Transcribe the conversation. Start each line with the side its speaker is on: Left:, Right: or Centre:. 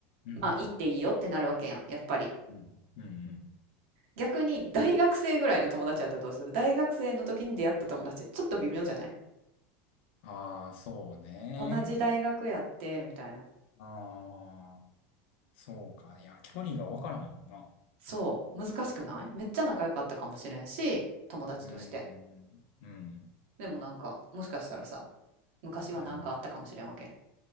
Left: うん。
Right: まあ、行っていいよってなるわけやん、やっぱり。
Left: うん。うん。
Right: 逆に大学生ぐらいの友達やったらどうする大学生の時に出会った友達。ちょっと微妙じゃない
Left: ああー、そうね。
Right: 同じ大学やって、みたいな。
Left: ああ、そうか。いや、距離がわからんもんな。
Right: そう。難しくないめっちゃ仲良かったかもしれんし、友達として。
Left: うん。うん。
Right: でもなんか、もしかしたらさ、昔はなんかあったかもしれんわけや
Left: うん。